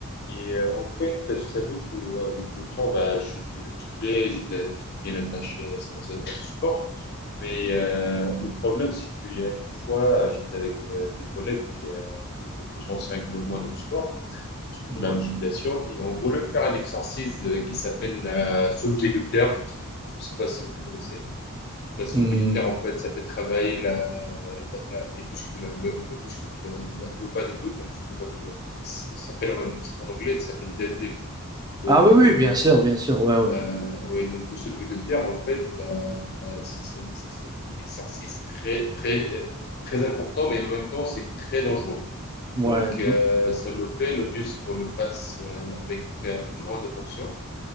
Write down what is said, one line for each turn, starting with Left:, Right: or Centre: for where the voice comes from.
Left: Et euh, en fait, bah, je t'avoue qu'avec le temps, bah, je suis devenu musclé, j'étais j'étais bien attaché à ce, à ce- à ce sport. Mais euh, le problème, c'est qu'il y a une fois, j'étais avec euh, des collègues qui, euh, qui étaient plus anciens que moi dans le sport, surtout
Right: Ouais.
Left: la musculation, et on voulait faire un exercice euh, qui s'appelle la soulevée de terre. Je ne sais pas si vous connaissez la saule
Right: Hmm.
Left: budgétaire, en fait, ça fait travailler la, la- la- les muscles, le, le muscle, le, le bas du dos, la muscle du bas du dos. Ça s'appelle en, c'est en anglais, ça s'appelle deadlift. Donc,
Right: Ah oui, oui,
Left: euh,
Right: bien sûr, bien sûr. Ouais, ouais.
Left: euh, ouais, donc le soulevé de terre, en fait, bah, euh, c'est c'est- un exercice très, très, euh, très important, mais en même temps, c'est très dangereux.
Right: Ouais,
Left: Donc,
Right: donc-
Left: euh, ça le fait, le mieux, c'est qu'on le fasse euh, avec euh, grande attention.